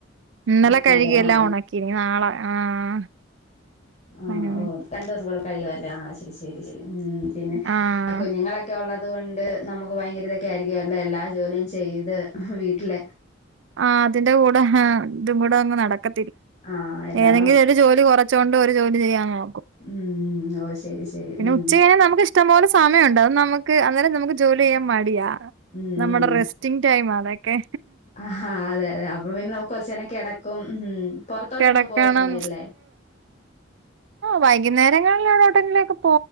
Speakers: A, on the right; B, on the left.
A: ഇന്നലെ
B: ആണല്ലേ
A: കഴുകിയെല്ലാം
B: ആ
A: ഉണക്കി നാളെ ആഹ്
B: ങാ
A: ഉം
B: ഓ രണ്ടു ദിവസം കൂടെ കഴിയ അല്ലേ ആ ശരി ശരി ശരി ഉം പിന്നെ
A: ആഹ്
B: കുഞ്ഞുങ്ങളൊക്കെ ഉള്ളത് അതുകൊണ്ട് നമുക്ക് ഭയങ്കര തിരക്കായിരിക്കും അല്ലേ. എല്ലാ ജോലിയും ചെയ്ത് വീട്ടിൽ
A: ആ അതിന്റെ കൂടെ ഹാ തും കൂടെ അങ്ങ് നടക്
B: ആഹ് എല്ലാം
A: ഏതെങ്കിലും
B: കൂടെ
A: ജോലി കുറ വച്ചുകൊണ്ട് ഒരു ജോലി ചെയ്യാനോ
B: ഉം ഓ ശരി ശരി
A: പിന്നെ
B: ഉം
A: ഉച്ച കഴിഞ്ഞാൽ നമുക്ക് ഇഷ്ടം പോലെ സമയമുണ്ട്. അത് നമുക്ക് അന്നേരം നമുക്ക് ജോലിചെയ്യാന്മടിയാ
B: ഉം
A: നമ്മുടെ റെസ്റ്റിങ് ടൈം ആതൊക്കെ
B: ആഹാ അതെ അതെ അപ്പൊ പിന്നെ നമുക്ക് കൊറച്ചേരം കിടക്കും ഉം പൊ റത്തോട്ടൊന്നും
A: കിടക്കണം
B: പോവത്തില്ലേ
A: വൈകുന്നേരങ്ങളിലാണേഎവ്ടേങ്കിലൊക്കെ